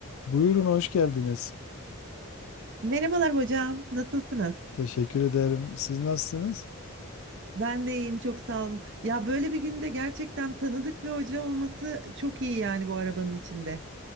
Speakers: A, on the left; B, on the right.
A: Buyurun hoş geldiniz.
B: Merhabalar hocam, nasılsınız?
A: Teşekkür ederim. Siz nasılsınız?
B: Ben de iyiyim, çok sağ olun. Ya böyle bir günde gerçekten tanıdık bir hoca olması çok iyi yani bu arabanın içinde.